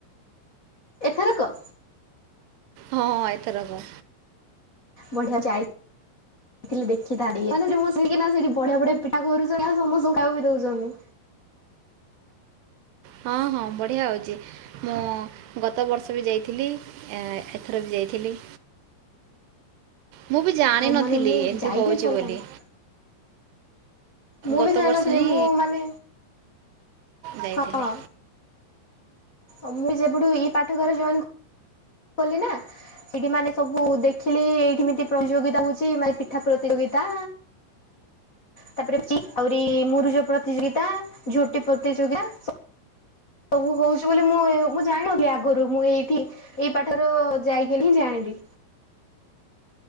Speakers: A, on the left; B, on the right.
A: ଏଥରକ।
B: ହଁ ଏଥରକ।
A: ବଢିଆ ଯାଇ। ଥିଲେ ଦେଖିଥାନ୍ତି ସେଠି ବଢିଆ ବଢିଆ ପିଠା କରୁଚନ୍ତି ଆଉ ସମସ୍ତେ ଖାଇବାକୁ ବି ଦୋଉଚନ୍ତି।
B: ହଁ ହଁ ବଢିଆ ହୋଉଚି। ମୁଁ ଗତ ବର୍ଷ ବି ଯାଇଥିଲି ଏଁ ଏଥର ବି ଯାଇଥିଲି। ମୁଁ ବି ଜାଣିନଥିଲି
A: ହଉ ମାନେ ମୁଁ
B: ଏମିତି
A: ଯାଇଲେ
B: ହେଉଛି
A: ଭଲ
B: ବୋଲି
A: ଥାନ୍ତା। ମୁଁ
B: ଗତ
A: ବି ଜାଇନଥିଲି
B: ବର୍ଷ ହିଁ
A: ମୁଁ ମାନେ
B: ଯାଇଥିଲି
A: ହଁ। ଆ ମୁଁ ଯେବେଠୁ ଏଇ ପାଠଘରେ ଜଏନ୍ କଲି ନାଁ। ସେଇଠି ମାନେ ସବୁ ଦେଖିଲି ଏଇଠିଏମିତି ପ୍ରତିଯୋଗିତା ହୋଉଚି ମାନେ ପିଠା ପ୍ରତିଯୋଗିତା। ତାପରେ ଆଛି ଆହୁରି ମୁରୁଜ ପ୍ରତିଯୋଗିତା ଝୋଟି ପ୍ରତିଯୋଗତା ସ ସବୁ ହୋଉଚି ବୋଲି ମୁଁ ମୁଁ ଜାଣିଲି ଆଗରୁ ମୁଁ ଏଇଠି। ଏଇ ପାଠର ଯାଇକି ନିଜାଣିବି।